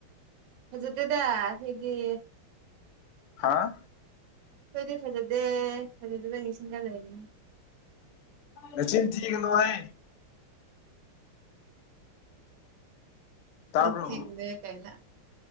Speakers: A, on the right; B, on the left.
A: ꯐꯖꯗꯦꯗ ꯍꯥꯏꯗꯤ
B: ꯍꯥꯥ
A: ꯑꯩꯈꯣꯏꯗꯤ ꯐꯖꯗꯦ ꯐꯖꯗꯕ ꯅꯤꯡꯁꯤꯡꯟꯒꯔ ꯂꯩꯅꯤ
B: ꯅꯆꯤꯟ ꯊꯤꯒꯅꯨꯍꯦ꯫ ꯇꯥꯕ꯭ꯔꯣ
A: ꯊꯂ ꯀꯥꯏꯅ